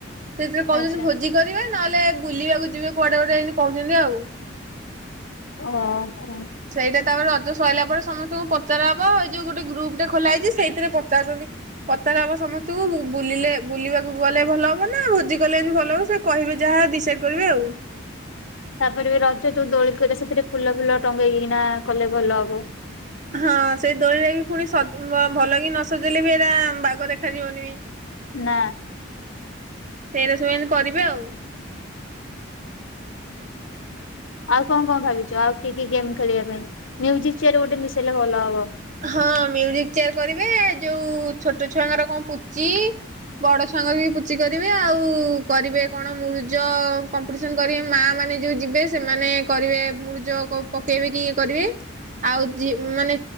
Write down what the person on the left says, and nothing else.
ଆଚ୍ଛା।
ଓ ହୋ
ତାପରେ ବି ରଜ ସେ ଯୋଉ ଦୋଳିିକ ସେଥିରେ ଫୁଲ ଫୁଲ ଟଙ୍ଗେଇକିନା କଲେ ଭଲ ହବ।
ନା
ଆଉ କଣ କଣ ଭାବିଛ? ଆଉ କି କି ଗେମ ଖେଳିବା ପାଇଁ, ମ୍ୟୁଜିକ୍ ଚେୟାର୍ ଗୋଟେ ମିଶେଇଲେ ଭଲ ହବ।